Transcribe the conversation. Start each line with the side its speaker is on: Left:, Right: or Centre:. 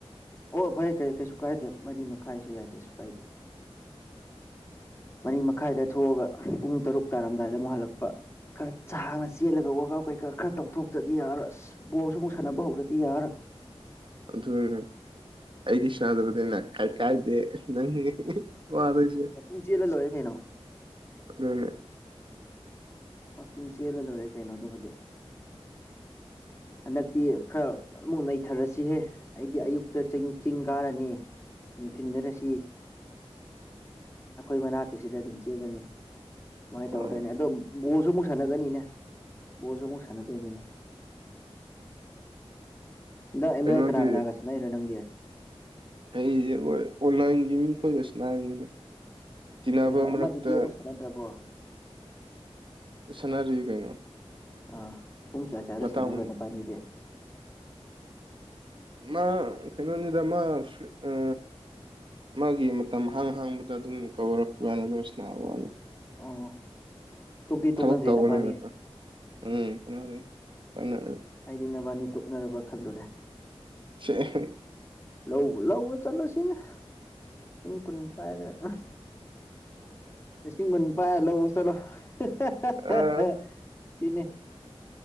Left: ꯑꯣ ꯐꯔꯩꯦ ꯐꯔꯩ ꯀꯩꯁꯨ ꯀꯥꯏꯗꯦ ꯃꯔꯤ ꯃꯈꯥꯏꯁꯨ ꯌꯥꯏ ꯀꯩꯁꯨ ꯀꯥꯏꯗꯦ ꯃꯔꯤ ꯃꯈꯥꯏꯗ ꯊꯣꯛꯑꯒ ꯄꯨꯡ ꯇꯔꯨꯛ ꯇꯥꯔꯝꯗꯥꯏꯗ ꯑꯃꯨꯛ ꯍꯜꯂꯛꯄ ꯈꯔ ꯁꯥꯡꯅ ꯆꯦꯜꯂꯒ ꯋꯥꯀ ꯀꯩꯀꯥ ꯈꯔ ꯇꯧꯊꯣꯛ ꯇꯗꯤ ꯌꯥꯔ ꯑꯁ ꯕꯣꯜꯁꯨ ꯑꯃꯨꯛ ꯁꯥꯟꯅꯕ ꯍꯧꯗꯗꯤ ꯌꯥꯔꯣꯏ
Right: ꯑꯗꯨꯅ ꯑꯩꯗꯤ ꯁꯥꯟꯗꯕꯅꯤꯅ ꯀꯩ ꯀꯥꯏꯗꯦ ꯅꯪꯅꯤ ꯋꯥꯗꯣꯏꯁꯦ
Left: ꯋꯥꯋꯥꯛꯆꯤꯡ ꯆꯦꯜꯂ ꯂꯣꯏꯔꯦ ꯀꯩꯅꯣ
Right: ꯑꯗꯨ
Left: ꯋꯥꯥꯛꯀꯤꯡ ꯆꯦꯜꯂ ꯂꯣꯏꯔꯦ ꯀꯩꯅꯣ ꯑꯗꯨꯕꯨꯗꯤ ꯍꯟꯗꯛꯇꯤ ꯈꯔ ꯑꯃꯨꯛ ꯅꯩꯊꯔꯁꯤꯍꯦ ꯑꯩꯗꯤ ꯑꯌꯨꯛꯇ ꯆꯤꯡ ꯆꯤꯡ ꯀꯥꯔꯅꯤ ꯅꯨꯡꯊꯤꯟꯗꯅ ꯁꯤ ꯑꯩꯈꯣꯏ ꯃꯅꯥꯛꯀꯤꯁꯤꯗ ꯑꯗꯨꯝ ꯆꯦꯜꯒꯅꯤ ꯁꯨꯃꯥꯏꯅ
Right: ꯑꯣ
Left: ꯇꯧꯔꯗꯣꯏꯅꯦ ꯑꯗꯣ ꯕꯣꯜꯁꯨ ꯑꯃꯨꯛ ꯁꯥꯟꯅꯒꯅꯤꯅꯦ ꯕꯣꯜꯁꯨ ꯑꯃꯨꯛ ꯁꯥꯟꯅꯗꯣꯏꯅꯤꯅꯦ ꯅꯟꯗ ꯏꯃꯦꯜ
Right: ꯀꯩꯅꯣꯗꯤ
Left: ꯀꯅꯥ ꯀꯅꯥꯒꯁꯤ ꯅꯪ ꯅꯣꯏ ꯅꯪꯗꯤꯦ
Right: ꯑꯩꯁꯦꯣꯏ ꯑꯣꯟꯂꯥꯏꯟꯒꯤ ꯃꯤ ꯈꯣꯏꯂꯁꯨ ꯅꯥꯔꯤꯉꯩꯗ ꯇꯤꯅꯥꯕꯝ
Left: ꯀꯩꯅꯣ ꯑꯃꯗꯨꯗꯤ
Right: ꯔꯛꯇ
Left: ꯑꯃꯨꯛ ꯁꯥꯟꯅꯗ꯭ꯔꯕꯣ
Right: ꯁꯥꯟꯅꯔꯤ ꯀꯩꯅꯣ
Left: ꯑꯥ ꯄꯨꯡ ꯀꯌꯥ ꯀꯌꯥꯗ
Right: ꯃꯇꯝ
Left: ꯁꯥꯟꯅꯔꯤꯕꯅꯕꯥꯅꯤꯗꯤ
Right: ꯃꯥ ꯀꯩꯅꯣꯅꯤꯗꯃ ꯑ ꯃꯥꯒꯤ ꯃꯇꯝ ꯍꯥꯡ ꯍꯥꯡꯕꯗ ꯑꯗꯨꯝ ꯀꯧꯔꯛꯄ ꯀꯥꯏꯅ ꯑꯗꯨ ꯁꯅ ꯋꯥꯅꯤ
Left: ꯑꯣ ꯇꯣꯛꯇꯤ ꯇꯣꯛꯅꯗ꯭ꯔꯦ
Right: ꯊꯕꯛ ꯇꯧꯕꯅꯤꯅꯀꯣ
Left: ꯅꯄꯥꯅꯤ
Right: ꯎꯝ <unintelligible>
Left: ꯑꯩꯗꯤ ꯅꯕꯥꯅꯤ ꯇꯣꯛꯅꯔꯕ ꯈꯜꯂꯨꯔꯦ
Right: <unintelligible>
Left: ꯂꯧꯕ ꯂꯧꯕ ꯆꯠꯂꯁꯤꯅꯦ ꯂꯤꯁꯤꯡ ꯀꯨꯟ ꯄꯥꯏꯔꯒ ꯂꯤꯁꯤꯡ ꯀꯨꯟꯄꯥꯥꯏ ꯂꯧꯕ ꯆꯠꯂꯣ <unintelligible>
Right: ꯑꯥ
Left: ꯁꯤꯅꯤ